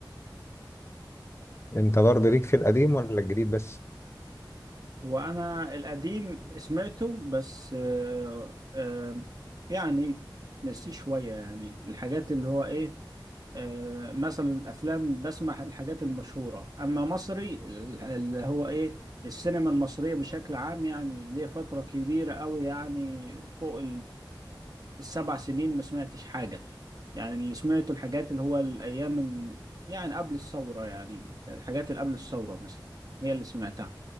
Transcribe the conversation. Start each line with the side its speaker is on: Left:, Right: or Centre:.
Left: أنت برضه ليك في القديم ولا الجديد بس؟
Right: وانا القديم سمعته بس آه آه يعني نسيه شويه يعني الحاجات اللي هو ايه آه مثلا الافلام بسمع الحاجات المشهوره اما مصري اللي هو ايه السينما المصريه بشكل عام يعني ليه فتره كبيره قوي يعني فوق السبع سنين ما سمعتش حاجة يعني اللي سمعته الحاجات اللي هو الأيام ال- يعني قبل الثورة يعني الحاجات اللي قبل الثورة مثلا هي اللي سمعتها